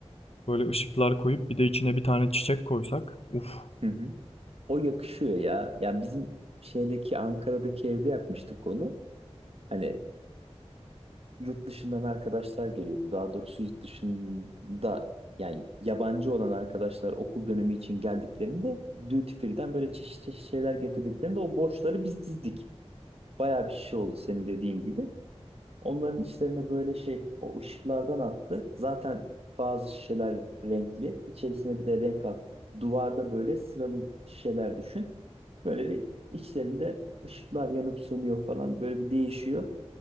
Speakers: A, on the left; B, on the right.
A: böyle ışıklar koyup bir de içine bir tane çiçek koysak. Uf
B: Hı hı. O yakışıyor ya. Ya bizim şeydeki Ankara'daki evde yapmıştık onu. Hani yurt dışından arkadaşlar geliyordu. Daha doğrusu yurt dışında yani yabancı olan arkadaşlar okul dönemi için geldiklerinde duty free'den böyle çeşitli çeşit şeyler getirdiklerinde o boşları biz dizdik. Bayağı bir şişe oldu senin dediğin gibi. Onların içlerine böyle şey o ışıklardan attı. Zaten bazı şişeler renkli. İçerisine bir de renk attı. Duvarda böyle sıralı şişeler düşün. Böyle bir içlerinde ışıklar yanıp sönüyor falan. Böyle bir değişiyor.